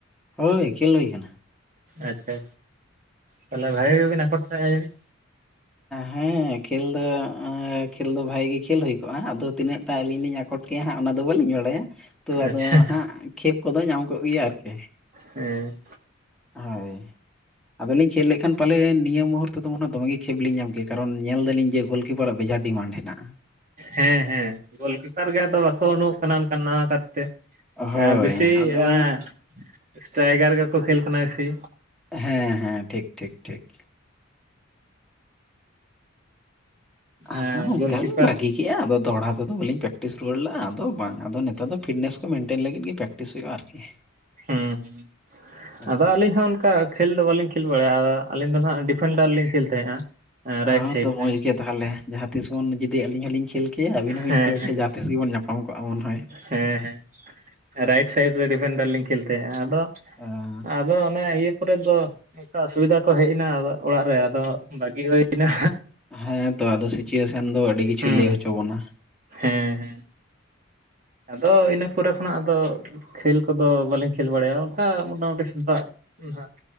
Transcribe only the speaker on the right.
ᱟᱪᱪᱷᱟ, ᱟᱪᱪᱷᱟ ᱛᱟᱞᱦᱮ ᱵᱷᱟᱜᱤ ᱜᱮᱵᱤᱱ ᱟᱠᱚᱴ ᱦᱟᱦᱮᱸᱜ-ᱟ ᱡᱟᱹᱱᱤᱡ᱾
ᱟᱪᱪᱷᱟ
ᱦᱮᱸ᱾
ᱦᱮᱸ, ᱦᱮᱸ ᱜᱳᱞᱠᱤᱯᱟᱨ ᱜᱮ ᱟᱫᱚ ᱵᱟᱠᱚ ᱳᱰᱳᱝᱚᱜ ᱠᱟᱱᱟ ᱚᱱᱠᱟᱱ ᱱᱟᱣᱟ ᱠᱟᱨᱛᱮ᱾
ᱮᱸᱻᱵᱤᱥᱤ
ᱚᱱᱟ ᱥᱴᱨᱟᱭᱜᱟᱨ ᱜᱮᱠᱚ ᱠᱷᱮᱞ ᱠᱟᱱᱟ ᱵᱤᱥᱤ᱾
ᱮᱸ
ᱜᱳᱞᱠᱤᱯᱟᱨ
ᱦᱩᱸ, ᱦᱩᱸ
ᱟᱫᱚ ᱟᱞᱤᱧ ᱦᱚᱸ ᱚᱱᱠᱟ ᱠᱷᱮᱞ ᱫᱚ ᱵᱟᱹᱞᱤᱧ ᱠᱷᱮᱞ ᱵᱟᱲᱟᱭᱟ ᱟᱹᱞᱤᱧ ᱫᱚ ᱱᱟᱦᱟᱸᱜ ᱰᱤᱯᱷᱮᱱᱰᱟᱨ ᱞᱤᱧ ᱠᱷᱮᱞ ᱛᱟᱦᱮᱸᱜᱼᱟ᱾
ᱨᱟᱭᱤᱴ ᱥᱟᱭᱤᱰ
ᱨᱮ
ᱦᱮᱸ
ᱦᱮᱸ
ᱦᱮᱸ ᱦᱮᱸ ᱨᱟᱭᱤᱴ ᱥᱟᱭᱤᱰ ᱨᱮ ᱰᱤᱯᱷᱮᱱᱰᱟᱨ ᱞᱤᱧ ᱠᱷᱮᱞ ᱛᱟᱦᱮᱸᱜᱼᱟ᱾ ᱟᱫᱚ
ᱟᱫᱚ ᱚᱱᱮ ᱤᱭᱟᱹ ᱯᱚᱨᱮ ᱫᱚ ᱚᱱᱠᱟ ᱚᱥᱩᱵᱤᱫᱟ ᱠᱚ ᱦᱮᱡ ᱮᱱᱟ ᱚᱲᱟᱜ ᱨᱮ ᱟᱫᱚ ᱵᱟᱜᱤ ᱦᱩᱭᱮᱱᱟ᱾
ᱦᱩᱸ
ᱦᱮᱸ ᱦᱮᱸ ᱟᱫᱚ ᱤᱱᱟᱹ ᱯᱚᱨᱮ ᱠᱷᱚᱱᱟᱜ ᱟᱫᱚ ᱠᱷᱮᱞ ᱠᱚᱫᱚ ᱵᱟᱹᱞᱤᱧ ᱠᱷᱮᱞ ᱵᱟᱲᱟᱭᱟ ᱚᱱᱠᱟ ᱢᱚᱴᱟ ᱢᱩᱴᱤ ᱥᱮᱛᱟᱜ <unintelligible> ᱚᱱᱠᱟ